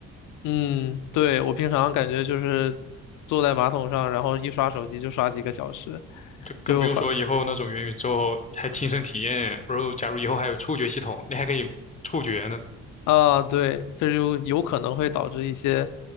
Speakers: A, on the left; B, on the left.
A: 嗯，对，我平常感觉就是坐在马桶上，然后一刷手机就刷几个小时，
B: 就更不用说以后那种元宇宙还亲身体验，
A: 就反
B: 然后假如以后还有触觉系统，你还可以触觉呢。
A: 啊，对，这就有可能会导致一些